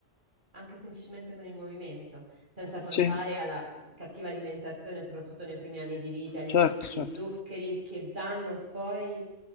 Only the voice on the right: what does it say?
anche semplicemente con il movimento, senza contare
alla cattiva alimentazione, soprattutto nei primi anni di vita, agli eccessi
di
zuccheri che danno poi